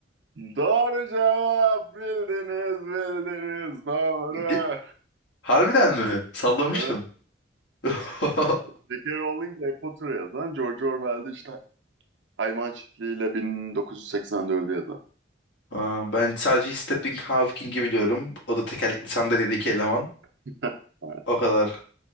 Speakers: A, on the right (about 70°); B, on the left (about 75°).
A: Doğru cevap bildiniz, bildiniz, doğru.
B: Ge- Harbiden mi? Sallamıştım.
A: <laughs>
B: <laughs>
A: J.K. Rowling Harry Potter'ı yazan, George Orwell'de işte Hayvan Çiftliği'yle 1984'ü yazan.
B: Aa, Ben sadece Stephen Hawking'i biliyorum. O da tekerlekli sandalyedeki eleman.
A: <laughs>
B: O kadar.